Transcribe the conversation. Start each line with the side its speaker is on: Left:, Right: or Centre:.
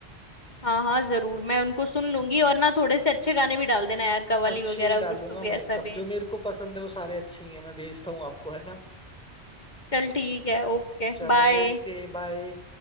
Left: हाँ हाँ जरूर मैं उनको सुन लूंगी और ना थोड़े से अच्छे गाने भी डाल देना यार कवाली
Centre: अच्छे
Left: वगैरह
Centre: ही डालूंगा
Left: कुछ तो भी
Centre: मैं
Left: ऐसा
Centre: एकदम
Left: भी
Centre: जो मेरे को पसंद है वो सारे अच्छे ही हैं मैं भेजता हूँ आपको है ना
Left: चल ठीक है ओके
Centre: चलो
Left: बाय
Centre: ओके बाय